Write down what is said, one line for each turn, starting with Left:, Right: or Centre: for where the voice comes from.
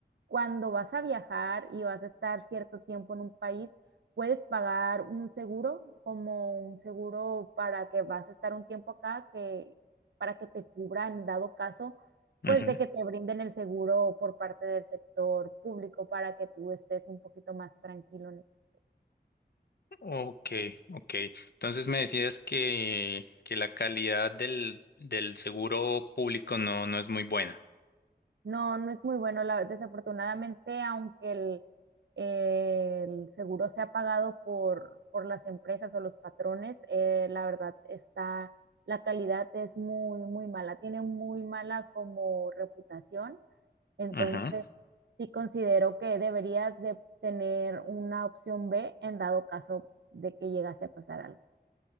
Right: cuando vas a viajar y vas a estar cierto tiempo en un país, puedes pagar un seguro, como un seguro para que vas a estar un tiempo acá, que para que te cubra en dado caso,
Left: Ujú.
Right: pues de que te brinden el seguro por parte del sector público para que tú estés un poquito más tranquilo en ese aspecto.
Left: Ok, ok. Entonces me decías que, que la calidad del, del seguro público no, no es muy buena.
Right: No, no es muy bueno. La, desafortunadamente, aunque el, el seguro sea pagado por, por las empresas o los patrones, eh, la verdad está, la calidad es muy, muy mala. Tiene muy mala como reputación. Entonces,
Left: Ujú.
Right: sí considero que deberías de tener una opción B en dado caso de que llegase a pasar algo.